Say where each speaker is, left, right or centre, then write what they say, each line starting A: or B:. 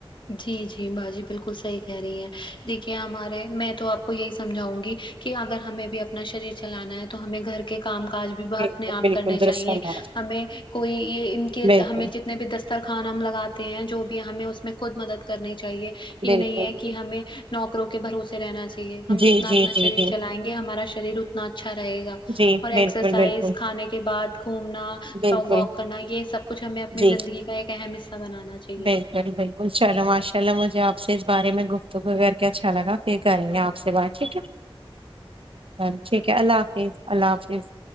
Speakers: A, on the left (about 55°); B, on the right (about 65°).
A: جی جی باجی بالکل صحیح کہہ رہی ہیں دیکھیے ہمارے میں تو آپ کو یہی سمجھاؤں گی کہ اگر ہمیں بھی اپنا شریر چلانا ہے تو ہمیں گھر کے کام کاج بھی وہ اپنے
B: بالکل
A: آپ
B: بالکل
A: کرنے
B: درست
A: چاہیے
B: فرمایا
A: ہمیں کوئی یہ ان کے
B: بالکل
A: ہمیں میں بھی دسترخانا ہم لگاتے ہیں جو بھی ہمیں اس میں خود مدد کرنی چاہیے یہ
B: بالکل
A: نہیں ہے کہ ہمیں نوکروں کے بھروسے رہنا چاہ ہم
B: جی
A: جتنا
B: جی
A: اپنا
B: جی
A: شریر
B: جی
A: چلائیں گے ہمارا شریر اتنا اچھا رہے گا
B: جی
A: اور ایکسرسائز
B: بالکل بالکل
A: کھانے کے بعد گھومنا
B: بالکل
A: واک کرنا یہ سب کچھ ہمیں اپنی
B: جی
A: زندگی کا ایک اہم حصہ بنانا چ
B: <unintelligible> بالکل چلو ماشاء اللہ مجھے آپ سے اس بارے میں گفتگو کر کے اچھا لگا پھر کریں گے آپ سے بات ٹھیک ہے ٹھیک ہے اللہ حافظ اللہ حافظ